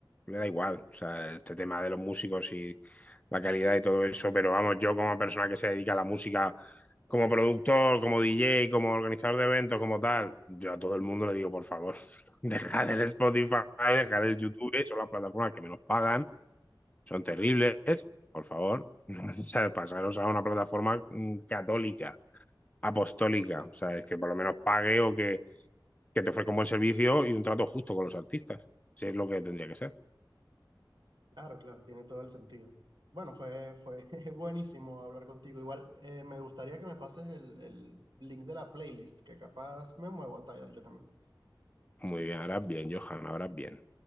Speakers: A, on the left; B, on the right.
A: le da igual, o sea, este tema de los músicos y la calidad y todo eso, pero vamos, yo como persona que se dedica a la música, como productor, como DJ, como organizador de eventos, como tal, yo a todo el mundo le digo, por favor, <laughs> dejar el Spotify, dejar el YouTube, son las plataformas que menos pagan, son terribles, por favor, <laughs> o sea, pasaros a una plataforma mm, católica, apostólica, o sea, es que por lo menos pague o que que te ofrezca un buen servicio y un trato justo con los artistas. Si es lo que tendría que ser.
B: Claro, claro, tiene todo el sentido. Bueno, fue, fue <laughs> buenísimo hablar contigo. Igual, eh, me gustaría que me pases el, el link de la playlist, que capaz me muevo a Tidal yo también.
A: Muy bien, ahora bien, Johan, ahora bien.